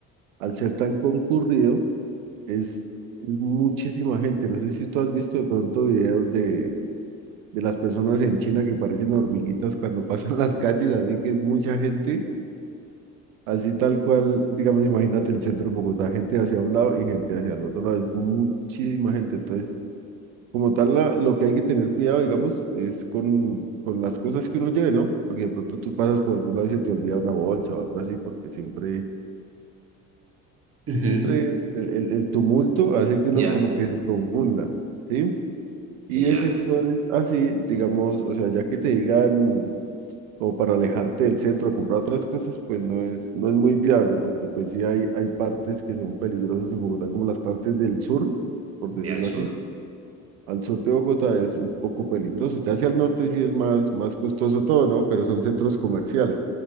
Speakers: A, on the right; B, on the right.
A: al ser tan concurrido, es, es muchísima gente. No sé si tú has visto de pronto videos de, de las personas en China que parecen hormiguitas cuando <laughs> pasan las calles, así que es mucha gente Así tal cual, digamos, imagínate el centro de Bogotá, gente hacia un lado y gente hacia el otro lado, es muchísima gente. Entonces, como tal, la- lo que hay que tener cuidado, digamos, es con, con las cosas que uno lleve, ¿no? Porque de pronto tú pasas por algún lado y se te olvida una bolsa o algo así, porque siempre,
B: ujú,
A: siempre
B: ujú.
A: es el, el, el tumulto hace que uno
B: Ya,
A: como que se confunda, ¿sí?
B: y
A: Y de
B: ya,
A: sectores así, digamos, o sea, ya que te digan o para alejarte del centro a comprar otras cosas, pues no es, no es muy viable, porque pues sí hay, hay partes que son peligrosas en Bogotá, como las partes del sur, por decirlo
B: ya al sur,
A: así. Al sur de Bogotá es un poco peligroso, ya hacia el norte sí es más, más costoso todo, ¿no? Pero son centros comerciales.